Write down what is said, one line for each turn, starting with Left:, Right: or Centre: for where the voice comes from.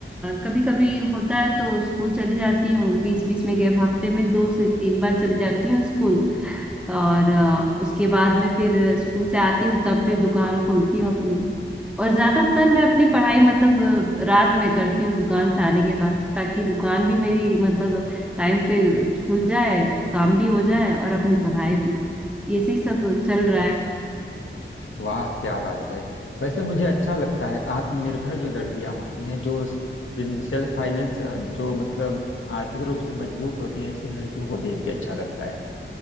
Centre: कभी कभी होता है तो स्कूल चली जाती हूँ बीच बीच में गैप हफ्ते में दो से तीन बार चली जाती हूँ स्कूल और अ, उसके बाद में फिर स्कूल से आती हूँ तब फिर दुकान खोलती हूँ अपनी और ज्यादातर मैं अपनी पढ़ाई मतलब अ, रात में करती हूँ दुकान से आने के बाद ताकि दुकान भी मेरी मतलब टाइम पे खुल जाए काम भी हो जाए और अपनी पढ़ाई भी ऐसे ही सब चल रहा है
Left: वाह क्या बात है वैसे मुझे अच्छा लगता है आत्मनिर्भर जो लड़कियां होती हैं जो स- जिन सेल्फ फाइनेंस जो मतलब आर्थिक रूप से मजबूत होती हैं ऐसी लड़कियों को देख के अच्छा लगता है